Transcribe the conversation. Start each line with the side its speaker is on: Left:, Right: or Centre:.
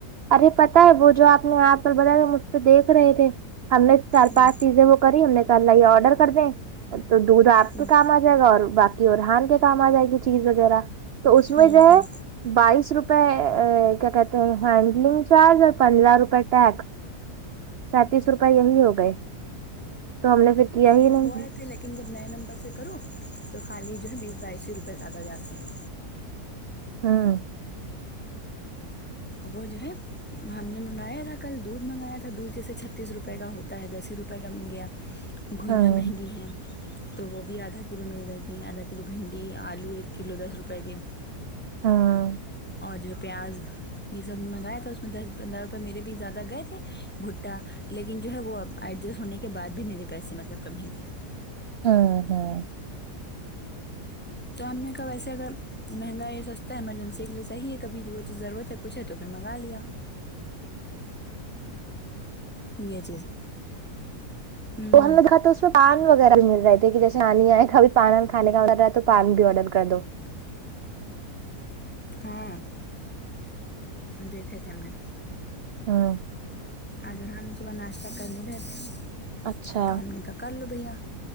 Right: ارے پتا ہے وہ جو آپ نے یہاں پر بلایا تھا اس پہ دیکھ رہے تھے ہم نے چار
Centre: ہوں
Right: پانچ چیزیں وہ کری ہم نے کل یہ آرڈر کر دیں تو دودھ آپ
Centre: ہوں
Right: کے کام آ جائے گا اور باقی ارحان کے کام آ جائے گی چیز وغیرہ تو اس
Centre: ہوں
Right: میں جو
Centre: ہوں
Right: ہے بائیس روپئے کیا کہتے ہیں ہینڈلنگ چارج اور پندرہ روپئے ٹیکس سینتیس روپئے یہی ہو گئے تو ہم نے پھر کیا ہی
Centre: وہ
Right: نہیں
Centre: ہو رہے تھے جب نئے نمبر سے کرو تو خالی جو ہے بیس بائیسو روپئے زیادہ جاتے ہیں
Right: ہاں
Centre: اب جو ہے ہم نے منگایا تھا کل دودھ منگایا تھا دودھ جیسے چھتیس روپئے کا ہوتا ہے دس ہی روپئے کا مل گیا گھوئیاں
Right: ہوں
Centre: مہنگی ہیں تو وہ بھی آدھا کلو مل گئی تھیں آدھا کلو بھنڈی آلو ایک کلو دس روپئے کے
Right: ہاں ہاں
Centre: اور جو پیاز یہ سب منگایا تھا اس میں دس پندرہ روپئے میرے بھی زیادہ گئے تھے بھٹا لیکن جو ہے وہ ایڈجسٹ ہونے کے بعد بھی میرے پیسے مطلب کم ہی تھے
Right: ہاں ہاں
Centre: تو ہم نے کہب ویسے اگر مہنگا یہ سستا ہے ایمرجنسی کے لیےصحیح ہے کبھی جو وہ چیز ضرورت ہےکچھ ہے تو نے منگا لیا یہ چز ہوں
Right: تو ہم نے دیکھا تو اس پان وغیرہ بھی مل رہے تھے کہ جیسے آانی آئے کب پان کھے کا آڈر رہ ہے تو پان بھی آرڈر کر دو
Centre: ہاں دیکھے تھے ہم نے
Right: ہاں
Centre: آج ارہان صبح ناشتہ کر نہیں رہے تھے
Right: اچھا
Centre: تو ہم نے کا کر لو بھیا